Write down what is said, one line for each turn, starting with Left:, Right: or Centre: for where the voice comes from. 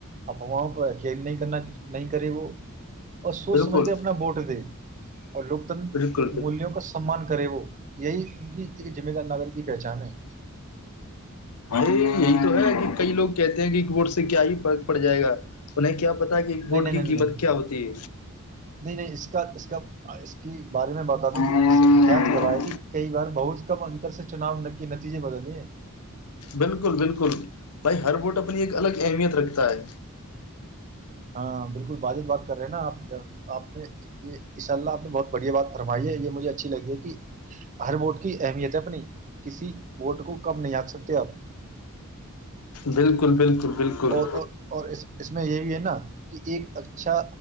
Right: افواہ پ نہیں کرنا نہیں کرے وہ اور سوچ
Left: بالکل
Right: سمجھ کے اپنا ووٹ دے اور لوکتنر
Left: بالکل بالکل
Right: ملوں کا سمان کر کرے وہ یہی ان کی ایک ذمہ دار ناگر کی پہچان ہے
Left: ا یہی تو ہے کہ کئی لوگ کہتے ہیں کہ ایک ووٹ سے کیا ہی فرق پڑ جائے گا انہیں کیا پتا کہ ایک
Right: نہیں
Left: ووٹ
Right: نہیں
Left: کی
Right: نہیں
Left: قیمت
Right: نہیں
Left: کیا ہوتی
Right: نہیں نہیں اس کا اس کا اس کے بارے میں بتا دوں
Left: ہے
Right: کہ اس سے اتہاس گواہ کہ کئی بار بہت کے کم انتر سے چناؤ کے نتیجے بدلے
Left: بالکل بالکل بھائی ہر ووٹ اپنی ایک الگ اہمیت رکھتا ہے
Right: ہاں بالکل بجب بات کر رہے ہیں نا آپ آپ نے انشاء اللہ آپ نے بہت بڑھیا بات فرمائی ہے یہ مجھے اچھی لگی ہے کہ ہر ووٹ کی اہمیت ہے اپنی کسی ووٹ کو کم نہیں آکھ سکتے آپ
Left: بالکل بالکل بالکل
Right: اور اور اور اس اس میں یہ بھی ہے نا کہ ایک اچھا